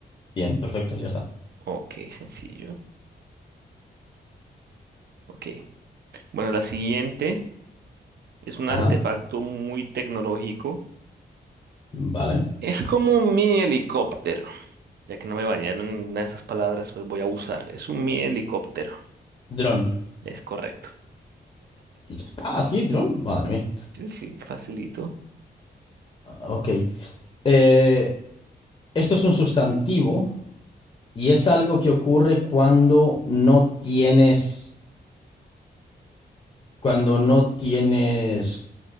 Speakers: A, on the left; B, on the right.
A: Bien, perfecto, ya está.
B: Ok, sencillo. Ok. Bueno, la siguiente es un
A: Ajá,
B: artefacto muy tecnológico.
A: vale.
B: Es como un mini helicóptero. Ya que no me bañaron ninguna de estas palabras, pues voy a usar. Es un mini helicóptero.
A: Dron.
B: Es correcto.
A: Y ya está, así, dron. Madre mía.
B: Sí, sí, facilito.
A: Ah, Ok. Eh, esto es un sustantivo y es algo que ocurre cuando no tienes, cuando no tienes